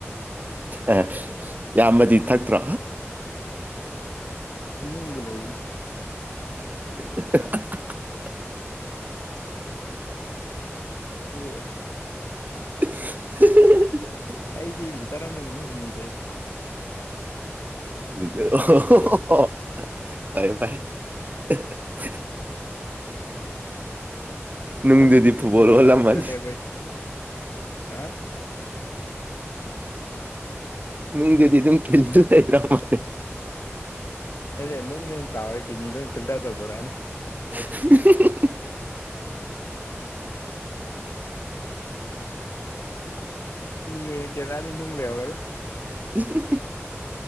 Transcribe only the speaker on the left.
ꯅꯨꯡꯕꯨ ꯂꯩꯔꯤꯅꯤ
ꯌꯦ
ꯑꯩꯗꯤ ꯂꯤꯇꯔ ꯑꯃꯅ ꯅꯨꯃꯤꯠ ꯍꯨꯝꯅꯤꯗꯦ
ꯏꯇꯅ
ꯍꯅꯤ
ꯍꯨꯅꯤ
ꯍꯅꯤ ꯆ ꯇꯕ ꯍꯥ
ꯑꯗꯦ ꯅꯪꯦꯟ ꯆꯥꯎꯔ ꯀꯅꯤ ꯏ ꯐꯤꯜꯇꯔ ꯇꯧ ꯇꯧꯔꯥꯅꯤ
ꯃꯤ ꯑꯣꯏꯅ ꯀꯦꯔꯂꯥꯗꯤ ꯅꯨꯡ ꯂꯩꯍꯧꯔꯒꯦ